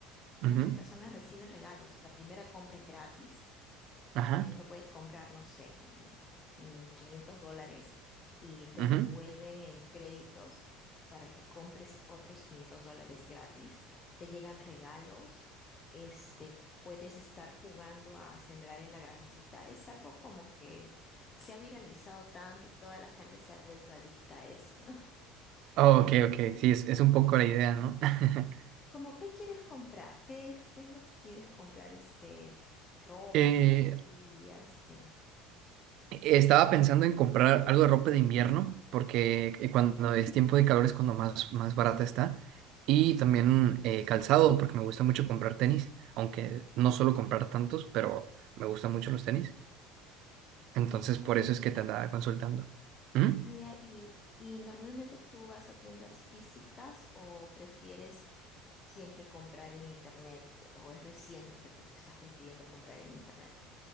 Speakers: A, on the left; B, on the right.
A: muchas
B: <laughs> Ujú.
A: personas reciben regalos. La primera compra es gratis. Eh,
B: Ajá.
A: por ejemplo, puedes comprar, no sé, mm, mm, 500 dólares y te
B: ujú.
A: devuelven en créditos para que compres otros 500 dólares gratis. Te llegan regalos. Este, puedes estar jugando a sembrar en la granjita. Es algo como que se ha viralizado tanto y toda la gente se ha vuelto adicta a eso, ¿no?
B: Oh,
A: Norm-
B: ok,
A: ¿Usted,
B: ok, sí, es, es un poco la idea, ¿no? <laughs>
A: como qué quieres comprar? ¿Qué, qué es lo que quieres comprar? Este, ropa,
B: Eh,
A: zapatillas, ¿qué?
B: estaba pensando en comprar algo de ropa de invierno, porque eh, cuando es tiempo de calor es cuando más, más barata está, y también eh, calzado, porque me gusta mucho comprar tenis, aunque no suelo comprar tantos, pero me gustan mucho los tenis, entonces
A: ¿Y tú,
B: por
A: Andrea?
B: eso es que te andaba consultando. ¿Mm?
A: Allá, y, y normalmente tú vas a tiendas físicas o prefieres siempre comprar en internet o es reciente que tú estás prefiriendo comprar en internet?